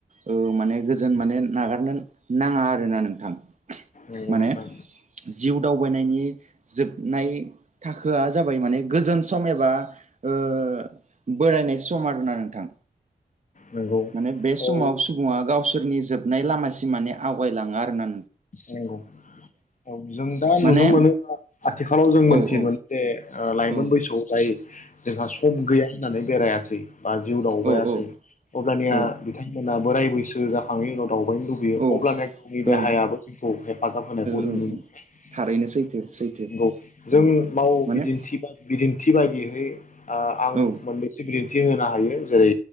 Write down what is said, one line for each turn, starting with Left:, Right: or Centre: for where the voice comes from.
Right: ओ माने गोजोन माने नागारनो नाङा आरोना नोंथां
Left: नंगौ
Right: माने
Left: नोंथां
Right: जिउ दावबायनायनि जोबनाय थाखोआ जाबाय माने गोजोन सम एबा ओ बोरायनाय सम आरोना नोंथां
Left: नंगौ
Right: माने बे समाव
Left: औ
Right: सुबुङा गाव गावसोरनि जोबनाय लामासिम माने आवगायलाङो आरो ना
Left: नोंगौ औ जों दा
Right: माने
Left: नुनो मोनोबा आथिखालाव जों मोनथियोमोन
Right: औ औ
Left: जे लाइमोन
Right: औ
Left: बैसोआव जाय जोंहा सम गैया होननानै बेरायाखै जै बा जिउ दावबायासै
Right: औ
Left: अब्लानिया
Right: औ
Left: बिथांमोना बोराय बैसो जो जाखाङो दावबायनो लुबैयो
Right: औ
Left: अब्लानो गावनि देहायाबो
Right: ओ
Left: खौ हेफाजाब होनायखौ
Right: ओ
Left: जों नुनो मोनो
Right: थारैनो सैथो सैथो
Left: नंगौ जों
Right: औ
Left: माव
Right: माने
Left: बिदिन्थि बा बिदिन थिबायदिहै ओ आं
Right: औ
Left: मोनैसो बि थि होनो हायो जेरै